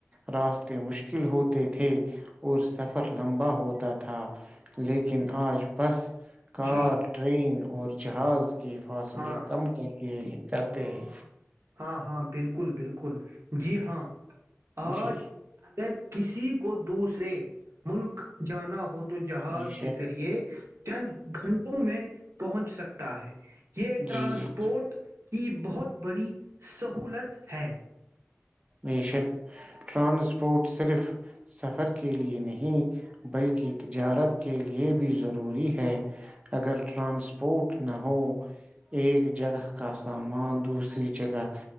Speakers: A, on the right; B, on the right.
A: راستے مشکل ہوتے تھے اور سفر لمبا ہوتا تھا لیکن آج بس کار
B: جی
A: ٹرین اور جہاز کے فاصلے
B: ہاں
A: کم کر جی جی کرتے ہیں
B: ہاں ہاں بالکل بالکل جی ہاں
A: جی
B: آج اگر کسی کو دوسر سے ملک جانا ہوتا تو جہاز
A: جی سر
B: کے ذریعے چند گھنٹوں میں پہنچ سکتا ہے یہ ٹرانسپورٹ
A: جی جی
B: کی بہت بڑی سہولت ہے
A: بے شک ٹرانسپورٹ صرف سفر کے لیے نہیں بلکہ تجارت کے لیے بھی ضروری ہے اگر ٹرانسپورٹ نہ ہو ایک جگہ کا سامان دوسری جگہ